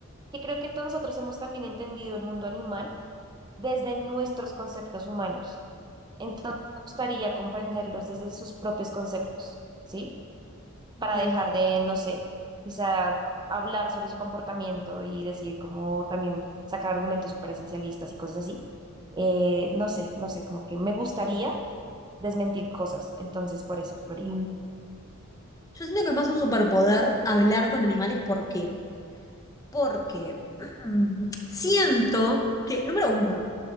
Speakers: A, on the right; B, on the left.
A: Que creo que todos nosotros hemos también entendido el mundo animal desde nuestros conceptos humanos. Entonces me gustaría comprenderlos desde sus propios conceptos, ¿sí?
B: Ok.
A: Para dejar de, no sé, quizá hablar sobre su comportamiento y decir como también sacar argumentos súper esencialistas y cosas así eh, no sé, no sé, como que me gustaría desmentir cosas. Entonces, por eso lo haría. Mm,
B: Yo siento que es más un superpoder hablar con animales. ¿Por qué? Porque <clears throat> siento que, número uno,